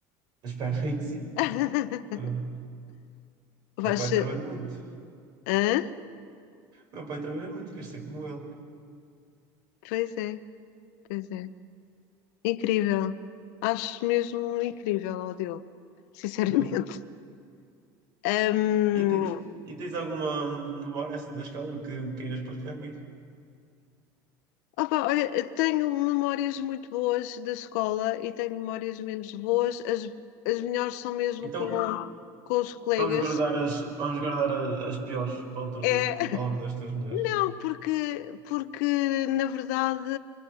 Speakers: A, on the right; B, on the left.
A: Espero bem que sim.
B: <laughs>
A: Ah,
B: vai
A: meu pai
B: ser.
A: trabalha muito.
B: Hã?
A: Meu pai trabalha muito, quer ser como ele.
B: Pois é, pois é. Incrível. Acho mesmo incrível, ó Diogo, sinceramente.
A: Ah,
B: Hum,
A: e, tens, e tens alguma memória assim da escola que queiras partilhar comigo?
B: opa, olha, tenho memórias muito boas da escola e tenho memórias menos boas. As, as melhores são mesmo
A: Então
B: com, com os colegas.
A: vamos guardar as, vamos guardar a- as, piores para outro
B: É,
A: dia. Falando das tuas melhores.
B: Não, porque, porque na verdade